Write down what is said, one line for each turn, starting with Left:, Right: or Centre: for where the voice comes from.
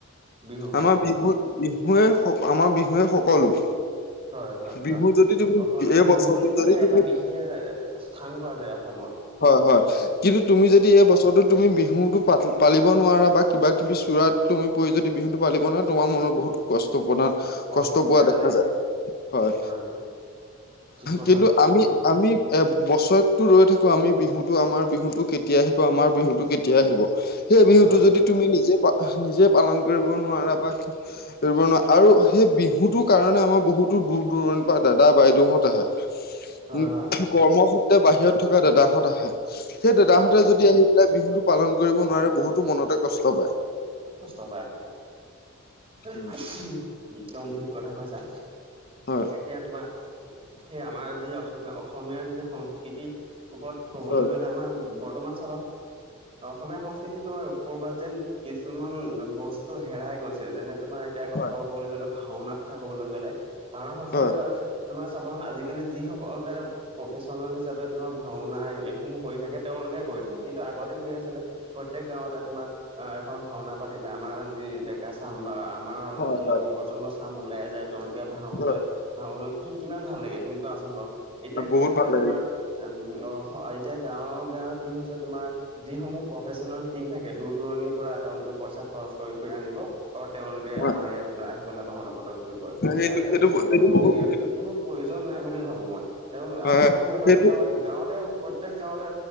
Right: বিহু হয়
Left: আমাৰ
Right: হয়
Left: বিহু বিহুৱে স আমাৰ বিহুৱে সকলো।
Right: হয় হয়
Left: বিহু
Right: হয়,
Left: যদি তুমি
Right: অসমীয়া
Left: এই
Right: বিহু
Left: বছৰটো
Right: বুলি ক'লে
Left: যদি তুমি
Right: এটা বিশেষ, স্থান পোৱা যায় অসমত।
Left: হয় হয়। কিন্তু তুমি যদি এই বছৰটোত তুমি বিহুটো পা পালিব নোৱাৰা বা কিবা কিবি চূৰাত তুমি পৰি যদি বিহুটো পালিব নোৱাৰা তোমাৰ মনত বহুত কষ্ট পনা,
Right: কচ
Left: কষ্ট পোৱা
Right: বেয়া
Left: দেখা
Right: লাগে
Left: যায়, হয়।
Right: <inaudible> ঠিক কথা
Left: কিন্তু
Right: কৈছা
Left: আমি,
Right: তুমি
Left: আমি এ বছৰটো ৰৈ থাকো আমি বিহুটো, আমাৰ বিহুটো কেতিয়া আহিব, আমাৰ বিহুতটো কেতিয়া আহিব। সেই বিহুটো
Right: হয়
Left: যদি
Right: হয়
Left: তুমি নিজে পা, নিজে পালন কৰিব নোৱাৰা বা কৰিবব নোৱাৰা আৰু সেই বিহুটোৰ কাৰণে আমাৰ বহুতো দূৰ-দূৰণিৰ পৰা দাদা বাইদেউহত আহে,
Right: হয়
Left: উম
Right: হয় হয়
Left: কৰ্মসূত্ৰে বাহিৰত থকা দাদাহঁত আহে। সেই দাদাহঁতে
Right: হয় হয়
Left: যদি
Right: হয়
Left: আহি পেলাই বিহুটো পালন কৰিব নোৱাৰে বহুতো মনতে কষ্ট পায়।
Right: কষ্ট পায় হয়, <unintelligible>
Left: উম।
Right: ঠিক কথা কৈছা।
Left: হয়
Right: এতিয়া তোমাৰ, সেই আমাৰ যি অসমীয়া, অসমীয়াৰ যি সংস্কৃতি ওপৰত ক'বলৈ
Left: হয়
Right: গ'লে আমাৰ বৰ্তমান <unintelligible> অসমীয়া সংস্কৃতি তোমাৰ কৰবাত যেন কিছুমান বস্তু হেৰাই গৈছ যেনে তোমাৰ এতিয়া কথা
Left: হয়
Right: ক'বলৈ গলে ভাওনাাৰ কথা কবলৈ গ'লে, <unintelligible>
Left: হয়
Right: তোমাৰ <unintelligible> আজিকালি যিসকলে প্ৰফেচনেল হিচাপে তোমাৰ ভাওনা এইসমূহ কৰি থাকে তেওঁলোকে কৰি থাকে কিন্তু আগতে আছিলে, প্ৰত্যেক গাঁৱতে তোমাৰ এখন ভাওনা পাতিলে আমাৰ যি ডেকা চাম বা আমাৰ
Left: হয় হয়
Right: নৱপ্ৰজন্মৰ চাম ওলাই যায় তেওঁলোকে ভাও
Left: হয়
Right: লয় ভাও লৈ কি কিমান ভাল লাগে তুমি কোৱাছোন বাৰু এতিয়া কি
Left: বহুত
Right: হৈছে
Left: ভাল লাগে
Right: তোমাৰ উ অ স এতিয়া গাঁৱ বেয়া কি হৈছে তোমাৰ যিসমূহ প্ৰফেচনেল টিম থাকে দূৰ দূৰণি তেওঁলোকে পইচা খৰচ কৰি কৰি আনিব আৰু তেওঁলোকে
Left: হয়
Right: আমাৰ ইয়াত আহি পেলাই ভাওনা প্ৰদৰ্শন কৰে
Left: সেইটো সেইটো
Right: সেইসমূহ
Left: সেইটো বহুত
Right: কি কোনো প্ৰয়োজন নাই বুলি ভাবো মই তেওঁ
Left: হয়
Right: আমাৰ যি আমাৰ
Left: সেইটো
Right: গাঁৱতে গাঁৱতে প্ৰত্যেক গাঁৱতে